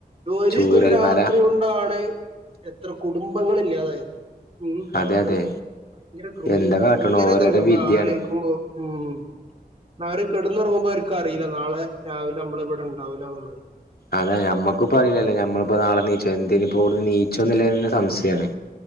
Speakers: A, on the right; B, on the left.
A: ഒരു
B: ചൂരൽമല
A: ഒരു രാത്രി കൊണ്ടാണ് എത്ര കുടുംബങ്ങളില്ലാതായത് ഉം
B: അതെ അതെ
A: ഭയങ്കര ക്രൂ
B: എന്താ കാട്ട്ണു
A: ഭയങ്കര
B: ഓരോരോ
A: ഇതാണ് നമ്മള
B: വിധിയാണ്
A: ആലോയിക്കുമ്പോ ഉം അവരെ കിടന്നുറങ്ങുമ്പോൾ അവർക്ക് അറിയില്ല നാളെ രാവിലെ നമ്മള് ഇവിടെ ഉണ്ടാവൂലാന്നുള്ളത്
B: അതാ നമ്മക്കിപ്പ അയില്ലേ നമ്മളിപ്പോ നാളെ നീച്ചോ എന്തിനിപ്പോ നീ മച്ചോന്നില്ല എന്നന്ന് സംശയാണ്